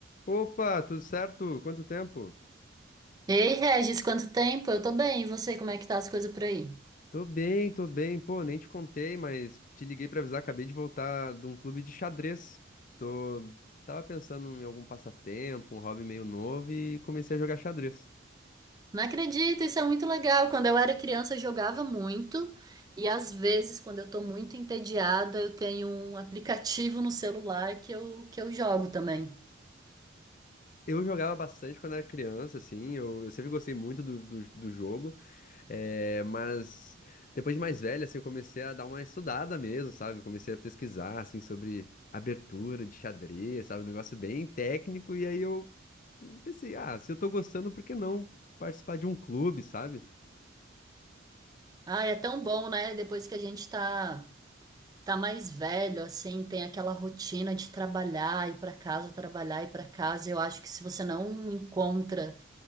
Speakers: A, on the left; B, on the right.
A: Opa, tudo certo? Quanto tempo?
B: Ei, Regis, quanto tempo? Eu tô bem, e você, como é que tá as coisas por aí?
A: Tô bem, tô bem. Pô, nem te contei, mas te liguei pra avisar, acabei de voltar de um clube de xadrez. Tô... Tava pensando em algum passatempo, um hobby meio novo e comecei a jogar xadrez.
B: Não acredito, isso é muito legal. Quando eu era criança, eu jogava muito, e às vezes, quando eu tô muito entediada, eu tenho um aplicativo no celular que eu, que eu jogo também.
A: Eu jogava bastante quando era criança, assim, eu, eu sempre gostei muito do, do, do jogo. É, mas depois de mais velho, assim, eu comecei a dar uma estudada mesmo, sabe? Comecei a pesquisar, assim, sobre abertura de xadrez, sabe? Um negócio bem técnico. E aí eu pensei, ah, se eu tô gostando, por que não participar de um clube, sabe?
B: Ah, é tão bom, né? Depois que a gente tá, tá mais velho, assim, tem aquela rotina de trabalhar, ir pra casa, trabalhar, ir pra casa. Eu acho que se você não encontra